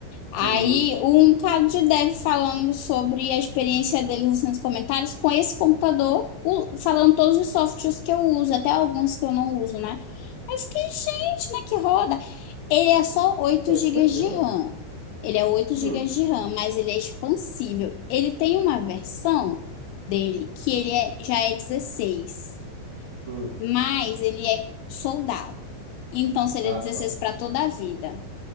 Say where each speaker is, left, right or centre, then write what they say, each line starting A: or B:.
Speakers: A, on the left (about 80°); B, on the right (about 80°).
A: Aí,
B: Uhum.
A: um bocado de dev falando sobre a experiência deles assim, nos comentários com esse computador, o- falando todos os softwares que eu uso, até alguns que eu não uso, né? Aí eu fiquei, gente, né, que roda. Ele é só 8
B: <laughs>
A: gigas
B: Aqui,
A: de
B: rola.
A: RAM. Ele é oito gigas
B: Hum,
A: de RAM, mas ele é expansível. Ele tem uma versão dele que ele é- já é 16,
B: hum.
A: mas ele é soldado. Então seria
B: Ah,
A: 16
B: tá.
A: para toda a vida.